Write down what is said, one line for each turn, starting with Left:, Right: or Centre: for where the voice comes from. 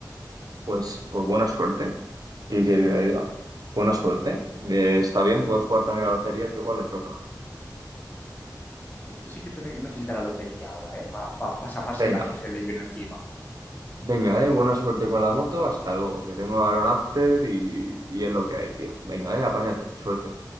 Right: Pues, pues buena suerte, ¿qué quiere que le diga? Buena suerte. Eh, está bien, puedes jugar también a la lotería que igual le toca.
Left: Usted sí que tiene- necesita la lotería ahora, ¿eh? Para pa, pa- pa zafarse
Right: Venga,
Left: de la que se le viene encima.
Right: venga, eh, buena suerte con la moto, hasta luego, que tengo ahora un after y, y es lo que hay, tío. Venga, eh, apáñate, suerte.